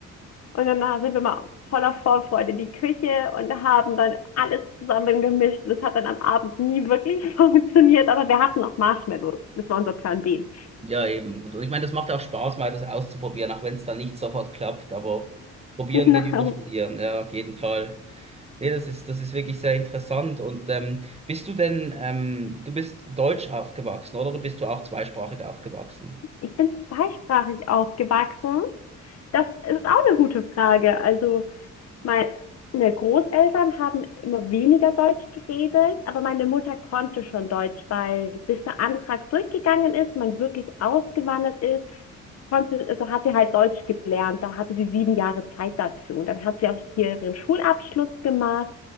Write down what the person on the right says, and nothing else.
Ja, eben. Und, und ich meine, das macht auch Spaß, mal das auszuprobieren, auch wenn es dann nicht sofort klappt. Aber probieren
geht über studieren, ja, auf jeden Fall. Nee, das ist, das ist wirklich sehr interessant. Und ähm, bist du denn, ähm, du bist deutsch aufgewachsen, oder? Oder bist du auch zweisprachig aufgewachsen?